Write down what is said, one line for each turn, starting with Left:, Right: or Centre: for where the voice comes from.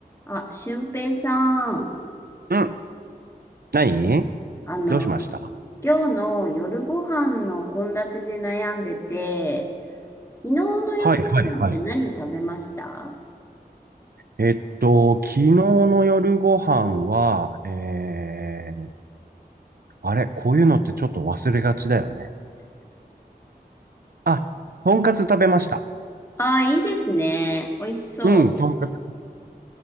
Left: あ、俊平さん、
Right: うん。何
Left: あの、
Right: どうしました
Left: 今日の夜ご飯の献立で悩んでて、昨日の夜ご飯って何食べました
Right: はいはいはい。えっと、昨日の夜ご飯は、えー、あれ、こういうのってちょっと忘れがちだよね。あ、とんかつ食べました。
Left: ああ、いいですね。美味しそ
Right: うん、とんかつ。